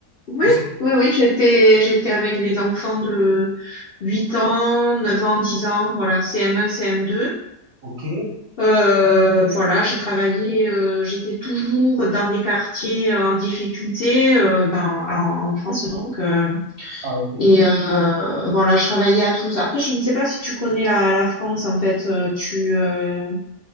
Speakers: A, on the left; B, on the right.
A: oui,
B: ou c'est...
A: oui, oui, j'étais, j'étais avec des enfants de 8 ans, 9 ans, 10 ans, voilà, CM1, CM2.
B: Ok,
A: Euh, voilà, j'ai travaillé, euh, j'étais toujours dans des quartiers euh, en difficulté euh, dans, en, en France donc. euh,
B: ah, ok.
A: et euh, voilà, je travaillais à Toulouse. Après, je ne sais pas si tu connais la, la France en fait. Euh, tu euh,